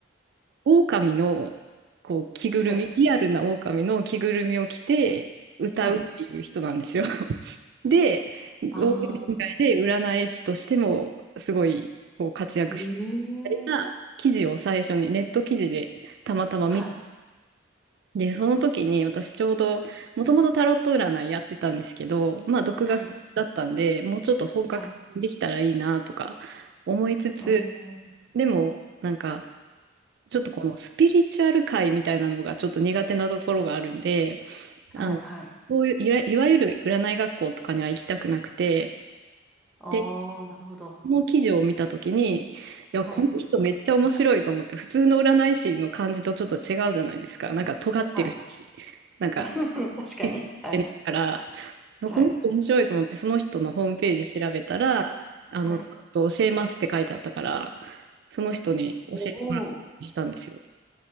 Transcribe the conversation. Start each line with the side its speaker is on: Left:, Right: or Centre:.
Right: 狼の、こう、着ぐるみ、
Centre: はい。
Right: リアルな狼の着ぐるみを着て歌うっていう人なんですよ。
Centre: はい。
Right: で、ゴールデン街で占い師としてもすごいこう活躍した
Centre: ああ。へえ。
Right: みたいな記事を最初にネット記事でたまたま見て、
Centre: はい。
Right: で、その時に私ちょうどもともとタロット占いやってたんですけど、まあ独学だったんで、
Centre: はい。
Right: もうちょっと本格的にできたらいいなとか思いつつ、
Centre: はい。うん。
Right: でもなんかちょっとこのスピリチュアル界みたいなのがちょっと苦手なところがあるんで、
Centre: はい。
Right: あの、
Centre: はい。
Right: こういういわ、いわゆる占い学校とかには行きたくなくて、
Centre: ああ、
Right: で
Centre: なるほど。
Right: この記事を見たときに、いや、
Centre: はい。
Right: この人めっちゃ面白いと思って、普通の占い師の感じとちょっと違うじゃないですか。なんか尖ってるし、
Centre: はい。<laughs>
Right: なんか、
Centre: 確かに。
Right: えってるから、
Centre: はい。
Right: いやこの人面白いと思って、
Centre: はい。
Right: その人のホームページ調べたら、あの、
Centre: はい。
Right: 教えますって書いてあったから、その人に教えてもらうようにしたんですよ。
Centre: おお、